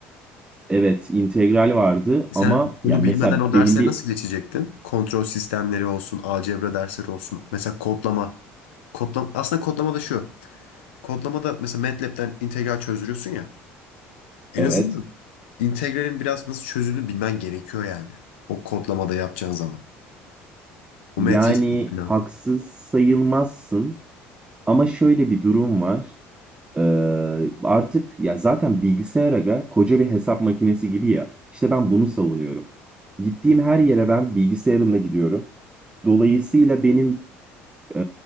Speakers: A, on the right (about 15°); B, on the left (about 80°).
A: Evet, integral vardı
B: E Sen
A: ama
B: bunu
A: ya mesela
B: bilmeden o derse
A: benim bir
B: nasıl geçecektin? Kontrol sistemleri olsun, algebra dersleri olsun. Mesela kodlama. Kodlama aslında kodlama da şu. Kodlama da mesela MATLab'den integral çözdürüyorsun ya. En
A: Evet.
B: azından integralin biraz nasıl çözüldüğünü bilmen gerekiyor yani. O kodlamada yapacağın zaman. O
A: Yani
B: matris falan.
A: haksız sayılmazsın ama şöyle bir durum var. Ee, artık ya zaten bilgisayar aga koca bir hesap makinesi gibi ya. İşte ben bunu savunuyorum. Gittiğim her yere ben bilgisayarımla gidiyorum. Dolayısıyla benim e,